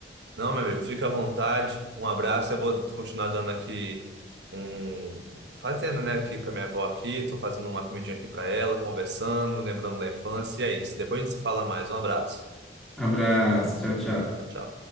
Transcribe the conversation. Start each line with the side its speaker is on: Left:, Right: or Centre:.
Right: Não, meu amigo, fica à vontade. Um abraço. Eu vou continuar dando aqui um. Fazendo, né, aqui com a minha avó aqui. Tô fazendo uma comidinha aqui para ela, conversando, lembrando da infância. E é isso. Depois a gente se fala mais. Um abraço.
Centre: Abraço, tchau, tchau.
Right: Tchau, tchau.